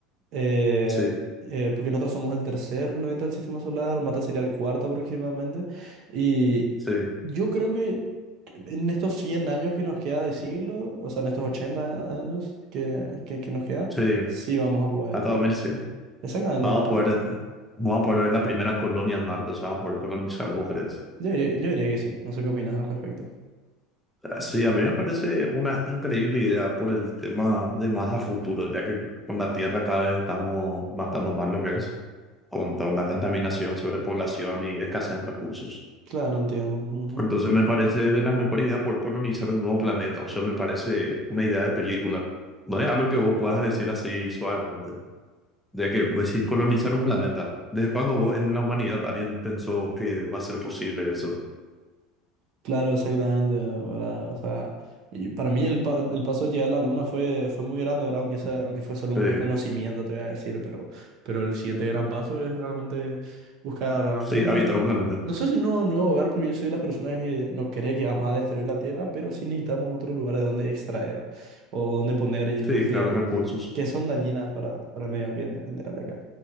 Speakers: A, on the right (about 50°); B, in the centre.
A: eh,
B: Sí,
A: eh, porque nosotros somos el tercer planeta del sistema solar, Marte sería el cuarto aproximadamente, y
B: sí,
A: yo creo que en estos 100 años que nos queda de siglo, o sea, en estos 80 años que, que, que nos queda,
B: sí.
A: sí vamos a poder.
B: Hasta
A: algo.
B: 2100.
A: Exactamente,
B: Vamos a poder, vamos a poder ver las primeras colonias en Marte, o sea, vamos a poder colonizar los tres.
A: yo diría, yo diría que sí, no sé qué opinas al respecto.
B: Sí, a mí me parece una increíble idea por el tema de más a futuro, ya que con la Tierra cada vez estamos más tan mal lo que es, con, con la contaminación, sobrepoblación y escasez de recursos.
A: Claro, no entiendo. ujú.
B: Entonces me parece de las mejores ideas por colonizar un nuevo planeta. O sea, me parece una idea de película. No es algo que vos puedas decir así suavemente. De que pues, sí, colonizar un planeta. ¿Desde cuando vos en la humanidad alguien pensó que va a ser posible eso?
A: Claro, exactamente, ¿verdad? O sea, y para mí el, pa- el paso de llegar a la luna fue, fue muy grande, ¿verdad? Aunque, sea- aunque fue solo
B: Eh,
A: un reconocimiento, te voy a decir, pero, pero el siguiente gran paso es realmente buscar, ah,
B: sí,
A: mm,
B: habitar un planeta.
A: no sé si un nuevo, nuevo hogar, porque yo soy de las personas que no cree que vamos a destruir la Tierra, pero sí necesitamos otro lugar de donde extraer o donde poner industrias
B: Sí, claro, recursos.
A: que son dañinas para, para el medio ambiente en general acá.